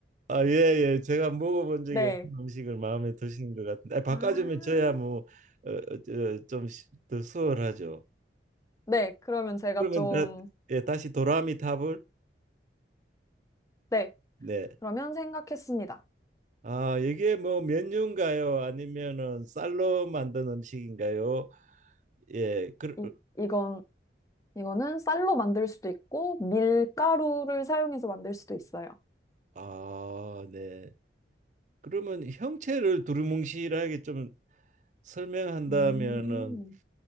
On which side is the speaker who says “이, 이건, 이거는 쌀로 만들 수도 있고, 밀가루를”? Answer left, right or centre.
Left